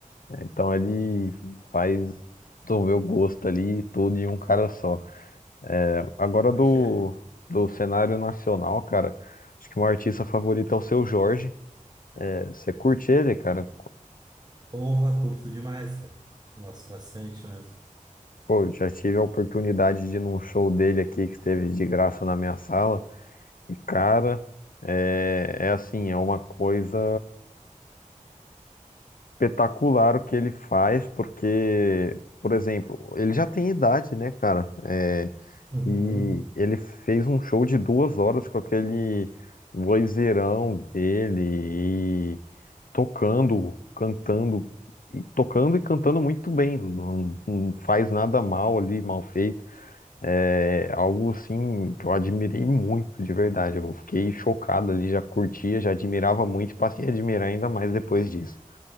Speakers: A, on the left (about 80°); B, on the right (about 30°).
A: né? Então ele faz desenvolver o gosto ali e tudo em um cara só, cara. Agora
B: Pode
A: do,
B: crer.
A: do cenário nacional, cara, acho que o meu artista favorito é o Seu Jorge. É, Você curte ele, cara?
B: Porra, curto demais, cara. Gosto bastante mesmo.
A: Pô, já tive a oportunidade de ir num show dele aqui que esteve de graça na minha sala. E, cara, é, é assim, é uma coisa espetacular o que ele faz, porque, por exemplo, ele já tem idade, né, cara? É,
B: Uhum.
A: E ele fez um show de duas horas com aquele vozeirão dele e tocando, cantando, e tocando e cantando muito bem. Não, não faz nada mal ali, mal feito. É algo assim que eu admirei muito, de verdade. Eu fiquei chocado ali, já curtia, já admirava muito e passei a admirar ainda mais depois disso.